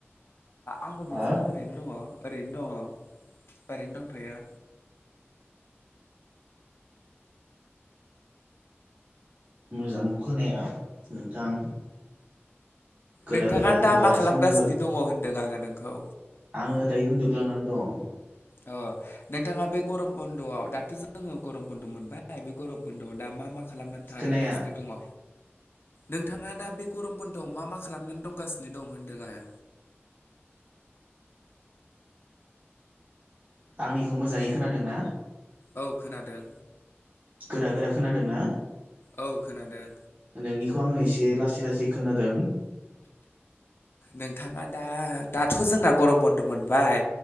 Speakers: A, on the left; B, on the right.
A: आंबो बिदिनो
B: हा
A: ओरैनो दङ ओरैनो दङ ओरैनो दंथ'यो।
B: मोजां खोनाया नोंथां। गोरा
A: नोंथाङा
B: गोरा होनबा
A: दा मा खालामगासिनो
B: एसे मोजां जागौ
A: दङ होनदों आङो नोंखौ?
B: आङो दायो उन्दुग्लांनानै दं।
A: अ नोंथाङा बे गरम बन्द'आव दाथ' जोङो गरम बन्द' मोनबाय बे गरम बन्द'आव दा मा मा खालामनानै थारगासिनो
B: खोनाया
A: दङ? नोंथाङा दा बे गरमआव मा मा खालामनानै दंगासि दं होनदों आरो?
B: आंनिखौ मोजाङै खोनादों ना?
A: औ खोनादों।
B: गोरा गोरा खोनादों ना?
A: औ खोनादों
B: नोंनिखौ आङो एसे लासै लासै खोनादों।
A: नोंथाङा दा दाथ' जोंना गरम बन्द' मोनबाय